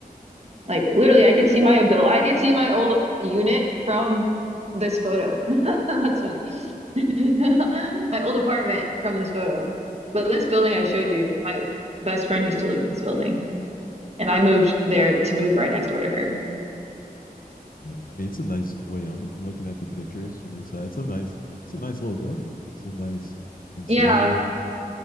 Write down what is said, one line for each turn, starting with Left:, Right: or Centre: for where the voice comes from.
Right: Like literally, I could see my abil I could see my old unit from this photo. <laughs> That's funny. <laughs> My old apartment from this photo. But this building I showed you, my best friend used to live in this building, and I moved there to move right next door to her.
Left: Uh, I mean, it's a nice. Wait, I'm I'm looking at the pictures from the inside. It's a nice. It's a nice little building. It's a nice interior.
Right: Yeah,